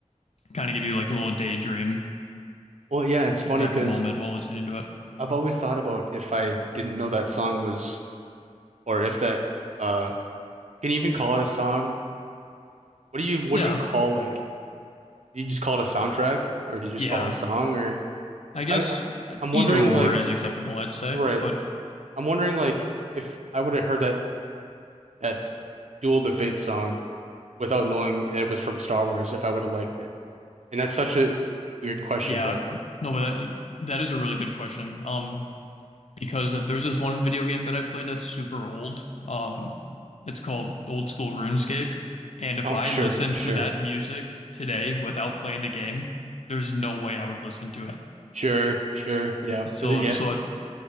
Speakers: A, on the left; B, on the right.
A: kind of give you like a little daydream
B: Well, yeah, it's funny
A: type
B: because
A: of moment while listening to it.
B: I've always thought about if I didn't know that song was, or if that uh, can you even call it a song? What do you what
A: Yeah.
B: do you call like? Do you just call it a soundtrack, or do you just
A: Yeah.
B: call it a song? Or
A: I guess
B: I I- I'm
A: either
B: wondering
A: or
B: like
A: is acceptable, I'd say.
B: right.
A: But
B: I'm wondering like if I would have heard that that Duel to Fate song without knowing it was from Star Wars, if I would have liked it. And that's such a weird question,
A: yeah,
B: but
A: no, but that that is a really good question. Um because uh, there's this one video game that I played that's super old. Um, it's called Old School RuneScape. And if
B: oh,
A: I
B: sure,
A: listened
B: sure,
A: to that music today without playing the game, there's no way I would listen to it.
B: sure, sure, yeah, because
A: So,
B: it, yeah,
A: so it,